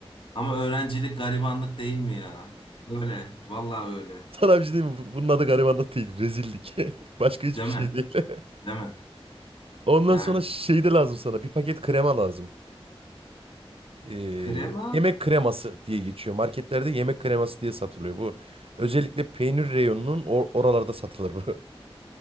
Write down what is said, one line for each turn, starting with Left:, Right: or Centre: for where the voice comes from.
Left: Ama öğrencilik garibanlık değil mi ya? Öyle. Vallahi öyle.
Right: Sana bir şey diyeyim mi? Bu- Bunun adı garibanlık değil. Rezillik. <laughs> Başka hiçbir
Left: Değil mi?
Right: şey değil.
Left: Değil mi?
Right: Ondan
Left: Yani
Right: sonra şey de lazım sana. Bir paket krema lazım. Ee,
Left: krema
Right: yemek kreması diye geçiyor. Marketlerde yemek kreması diye satılıyor. Bu özellikle peynir reyonunun or- oralarda satılır bu. <laughs>